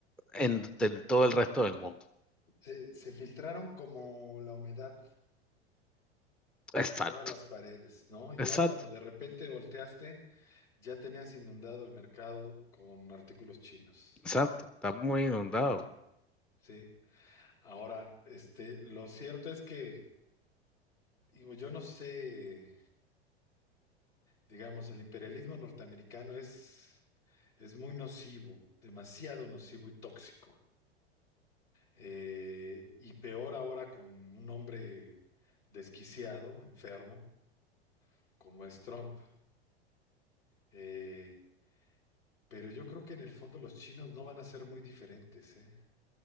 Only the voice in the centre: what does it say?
en, del- todo el resto del mundo.
Exacto,
exacto,
exacto. Está muy inundado.